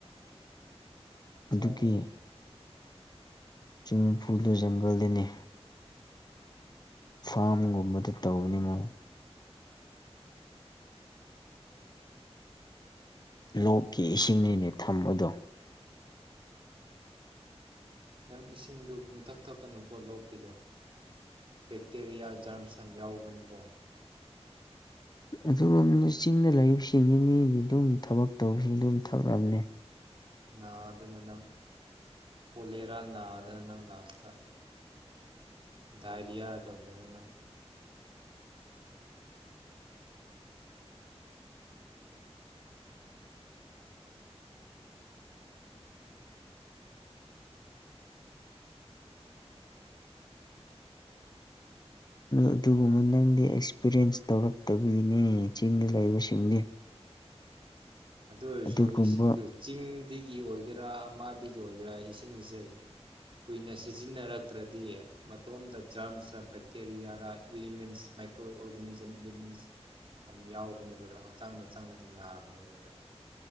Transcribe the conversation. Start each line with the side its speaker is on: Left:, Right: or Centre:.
Left: ꯑꯗꯨꯒꯤ
Right: ꯑꯣ
Left: ꯁ꯭ꯋꯤꯝꯃꯤꯡ ꯐꯨꯜꯗꯨ ꯖꯪꯒꯜꯗꯅꯤ ꯐꯥꯝꯒꯨꯝꯕꯗ ꯇꯧꯕꯅꯤ ꯃꯣꯏ ꯂꯣꯛꯀꯤ ꯏꯁꯤꯡꯅꯤꯅꯦ ꯊꯝꯕꯗꯣ
Right: ꯎꯝ ꯏꯁꯤꯡꯗꯨ ꯄꯨꯡꯊꯛ ꯊꯛꯀꯅꯨꯀꯣ ꯂꯣꯛꯀꯤꯗꯣ ꯕꯦꯛꯇꯦꯔꯤꯌꯥ ꯖꯔꯝꯁ ꯌꯥꯝ ꯌꯥꯎꯕꯅꯦꯀꯣ
Left: ꯑꯗꯨꯒꯨꯝꯕꯅ ꯆꯤꯡꯗ ꯂꯩꯕꯁꯤꯡꯒꯤ ꯃꯤꯗꯤ ꯑꯗꯨꯝ ꯊꯕꯛ ꯇꯧꯕꯁꯤꯡ ꯑꯗꯨꯝ ꯊꯛꯂꯝꯅꯦ
Right: ꯅꯥꯗꯅ ꯅꯪ ꯀꯣꯂꯦꯔꯥ ꯅꯥꯗꯅ ꯅꯪ ꯂꯥꯁꯇ ꯗꯥꯏꯔꯤꯌꯥ ꯇꯧꯗꯅ ꯅꯪ
Left: ꯑꯗꯨꯒꯨꯝꯕ ꯅꯪꯗꯤ ꯑꯦꯛꯁꯄꯤꯔꯤꯌꯦꯟꯁ ꯇꯧꯔꯛꯇꯕꯒꯤꯅꯦ ꯆꯤꯡꯗ ꯂꯩꯕꯁꯤꯡꯗꯤ
Right: ꯑꯗꯨ ꯑꯣꯏꯔꯁꯨ
Left: ꯑꯗꯨꯒꯨꯝꯕ
Right: ꯏꯁꯤꯡꯗ ꯆꯤꯡꯗꯒꯤ ꯑꯣꯏꯒꯦꯔꯥ ꯑꯃꯗꯤ ꯒꯤ ꯑꯣꯏꯒꯦꯔꯥ ꯏꯁꯤꯡꯁꯦ ꯀꯨꯏꯅ ꯁꯤꯖꯤꯟꯅꯔꯛꯇ꯭ꯔꯗꯤ ꯃꯇꯣꯝꯗ ꯖꯔꯝꯁꯔ ꯕꯦꯛꯇꯦꯔꯤꯌꯥꯔ ꯏꯂꯤꯃꯦꯟꯁ ꯃꯥꯏꯀ꯭ꯔꯣ ꯑꯣꯔꯒꯥꯅꯤꯖꯝ ꯏꯂꯤꯃꯦꯟꯁ ꯌꯥꯝ ꯌꯥꯎꯕꯅꯦꯕ ꯑꯗꯣ ꯍꯛꯆꯥꯡꯗ ꯆꯪꯉꯗꯤ ꯅꯥꯒꯅꯦꯕ ꯑꯗꯣ